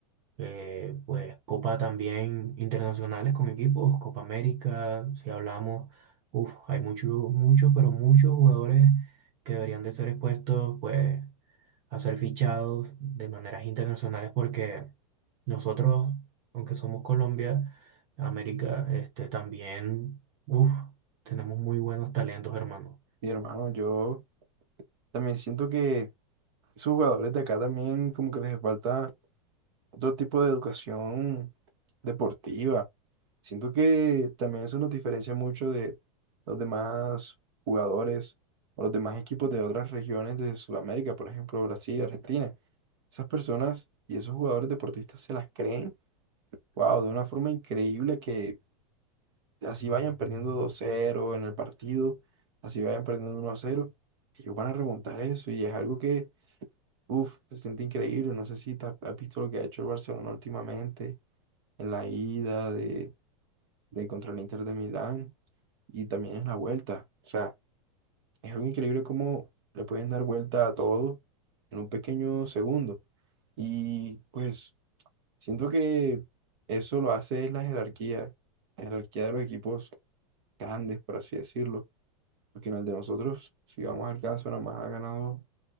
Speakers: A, on the right (about 20°); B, on the right (about 45°).
A: eh, pues Copa también internacionales con equipos, Copa América, si hablamos, uf, hay muchos, muchos, pero muchos jugadores que deberían de ser expuestos, pues, a ser fichados de maneras internacionales porque nosotros, aunque somos Colombia, América, este, también, uf, tenemos muy buenos talentos, hermano.
B: Mi hermano, yo también siento que esos jugadores de acá también como que les falta otro tipo de educación deportiva. Siento que también eso nos diferencia mucho de los demás jugadores o los demás equipos de otras regiones de Sudamérica, por ejemplo, Brasil, Argentina. Esas personas y esos jugadores deportistas se las creen, wow, de una forma increíble que así vayan perdiendo dos cero en el partido, así vayan perdiendo uno a cero ellos van a remontar eso y es algo que, uff, se siente increíble. No sé si te has has visto lo que ha hecho el Barcelona últimamente en la ida de, de contra el Inter de Milán y también en la vuelta. O sea, es algo increíble cómo le pueden dar vuelta a todo en un pequeño segundo. Y pues siento que eso lo hace es la jerarquía, la jerarquía de los equipos grandes, por así decirlo. Porque en el de nosotros, si vamos al caso, nada más ha ganado